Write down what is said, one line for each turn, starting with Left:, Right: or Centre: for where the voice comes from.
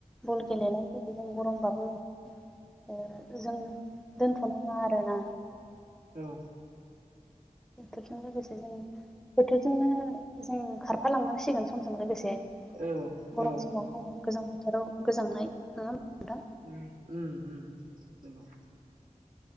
Centre: बल गेलेनायफोरखौ जों गरमबाबो ओ जों दोनथ'नाङा आरोना।
Right: औ
Centre: बोथोरजों लोगोसे जों बोथोरजोंनो जों खारफालांनांसिगोन समजों लोगोसे।
Right: औ
Centre: गरम
Right: औ
Centre: समाव गरम गोजां बोथोराव गोजांनाय नङा <unintelligible> नोंथां
Right: उम उम नंगौ।